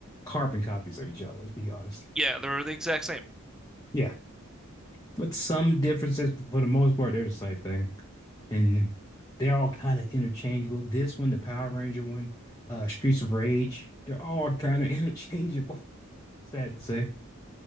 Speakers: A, on the left; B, in the centre.
A: carbon copies of each other, let's be honest.
B: Yeah, they were the exact same.
A: Yeah. But some differences, but for the most part, they're the same thing. and they're all kind of interchangeable. This one, the Power Ranger one, uh, Streets of Rage, they're all kind of <laughs> interchangeable. Sad to say.